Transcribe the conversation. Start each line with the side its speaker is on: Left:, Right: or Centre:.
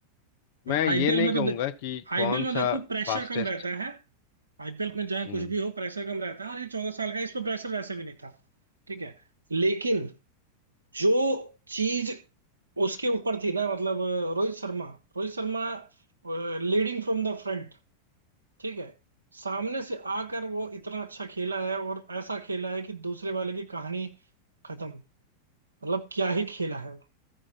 Left: मैं
Right: आईपीएल
Left: ये नहीं
Right: में
Left: कहूंगा
Right: तो
Left: कि
Right: आईपीएल
Left: कौन
Right: में देखो
Left: सा
Right: प्रेशर
Left: फास्टेस्ट
Right: कम रहता है आईपीएल में चाहे
Left: हम्म
Right: कुछ भी हो प्रेशर कम रहता है और ये चौदह साल का है, इस पर प्रेशर वैसे भी नहीं था ठीक है लेकिन जो चीज उसके ऊपर थी ना मतलब अ, Rohit Sharma Rohit Sharma leading from the front ठीक है सामने से आकर वो इतना अच्छा खेला है और ऐसा खेला है कि दूसरे वाले की कहानी खत्म मतलब क्या ही खेला है